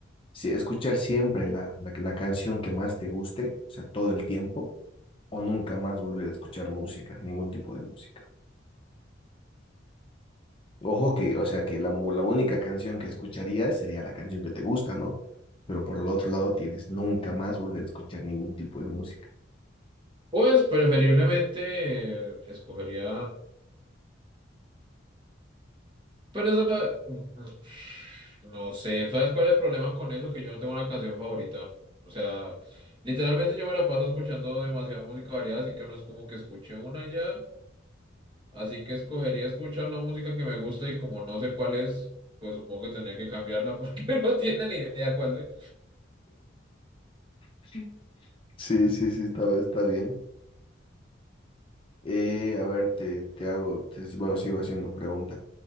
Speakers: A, on the left; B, on the right.
A: Si escuchar siempre la, la, la canción que más te guste, o sea, todo el tiempo, o nunca más volver a escuchar música, ningún tipo de música. Ojo que, o sea, que la, mu- la única canción que escucharías sería la canción que te gusta, ¿no? Pero por el otro lado tienes nunca más volver a escuchar ningún tipo de música.
B: Pues preferiblemente eh, escogería Pero eso, mm, mm, no sé, ¿sabes cuál es el problema con eso? Que yo no tengo una canción favorita. O sea, literalmente yo me la paso escuchando demasiada música variada, así que no es como que escuche una y ya. Así que escogería escuchar la música que me gusta y como no sé cuál es, pues supongo que tendría que cambiarla <laughs> porque no tiene ni idea cuál es.
A: Sí, sí, sí, sí, está, está bien. Eh, a ver, te, te hago, te- bueno, sigo haciendo pregunta.